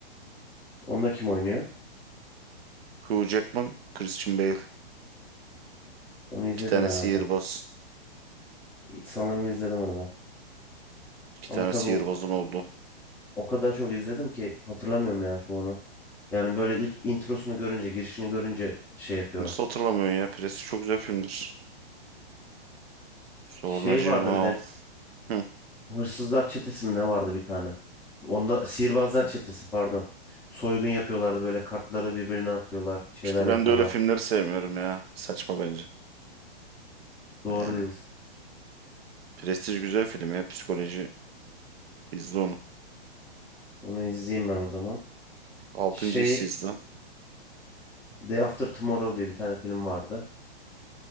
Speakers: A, in the centre; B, on the right.
A: Onda kim oynuyor?
B: Hugh Jackman, Christian Bale.
A: Onu izledim
B: İki tane
A: herhalde.
B: sihirbaz.
A: Sanırım izledim onu ben.
B: İki
A: Ama
B: tane
A: tabii
B: sihirbazın
A: o,
B: oldu.
A: o kadar çok izledim ki hatırlamıyorum ya çoğunu. Yani böyle ilk introsunu görünce, girişini görünce şey yapıyorum.
B: Nasıl hatırlamıyorsun ya? Prestige çok güzel filmdir. Sonracığım
A: Şey vardı
B: ha.
A: bir de
B: Hı.
A: Hırsızlar çetesi mi ne vardı bir tane? Onda sihirbazlar çetesi pardon. Soygun yapıyorlardı böyle kartları birbirine atıyorlar, şeyler
B: İşte
A: yapıyorlar.
B: ben de öyle filmleri sevmiyorum ya. Saçma bence.
A: Doğru
B: Yani.
A: diyorsun.
B: Prestige güzel film ya. Psikoloji. İzle onu.
A: Onu izleyeyim ben o zaman.
B: Altıncı
A: Şey
B: hissizdi.
A: Day After Tomorrow diye bir tane film vardı.